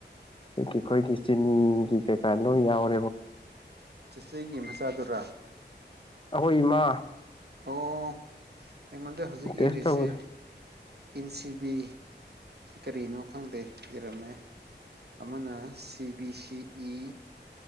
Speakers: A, on the left (about 30°); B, on the right (about 60°).
A: ꯑꯩꯈꯣꯏꯒꯤ ꯆꯤꯅꯤꯒꯤ ꯀꯩꯀꯥ ꯅꯣꯏ ꯌꯥꯎꯔ
B: ꯆꯆꯒꯤ ꯃꯆꯥꯗꯨꯔꯥ
A: ꯑꯩꯈꯣꯏ ꯏꯃ
B: ꯑꯣ ꯑꯩꯉꯣꯟꯗ ꯍꯧꯖꯤꯛ
A: ꯇꯦꯁ
B: ꯏꯜꯂꯤꯁꯤꯦ
A: ꯇꯧꯕꯗ
B: ꯏꯟ ꯁꯤ ꯕꯤ ꯀꯔꯤꯅꯣ ꯈꯪꯗꯦ ꯏꯔꯝꯃꯦ ꯑꯃꯅ ꯁꯤ ꯕꯤ ꯁꯤ ꯏ